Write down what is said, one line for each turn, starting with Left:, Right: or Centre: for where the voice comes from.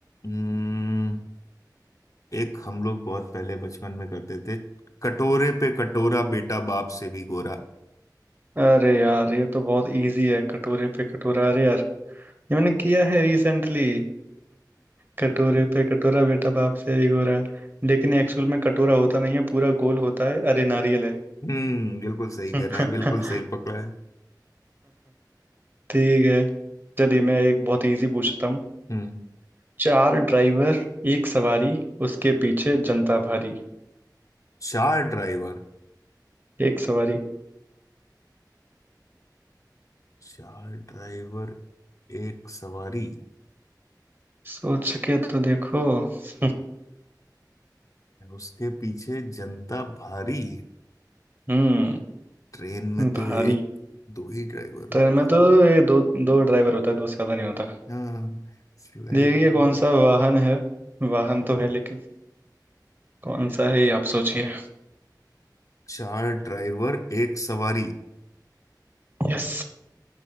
Left: हम्म, एक हम लोग बहुत पहले बचपन में करते थे कटोरे पे कटोरा बेटा बाप से भी गोरा
Right: अरे यार ये तो बहुत इजी है कटोरे पे कटोरा अरे ये मैंने किया है रिसेंटली कटोरे पे कटोरा बेटा बाप से भी गोरा लेकिन एक्चुअल में कटोरा होता नहीं है पूरा गोल होता है अरे नारियल है
Left: हम्म बिल्कुल सही
Right: <laughs>
Left: कह रहे हैं बिल्कुल सही पकड़ा है
Right: ठीक है चलिए मैं एक बहुत इजी पूछता हूँ
Left: हम्म
Right: चार ड्राइवर एक सवारी उसके पीछे जनता भारी
Left: चार ड्राइवर
Right: एक सवारी
Left: चार ड्राइवर एक सवारी
Right: सोच के तो देखो <laughs>
Left: उसके पीछे जनता भारी
Right: हम्म
Left: ट्रेन में
Right: भारी
Left: तो एक दो ही ड्राइवर होते
Right: ट्रेन में
Left: हैं
Right: तो ये दो दो ड्राइवर होता है दूसरा तो नहीं होता
Left: हाँ फ्लाइट
Right: देखिए
Left: में
Right: कौन सा वाहन है वाहन तो है लेकिन कौन सा है ये आप सोचिए
Left: चार ड्राइवर एक सवारी
Right: यस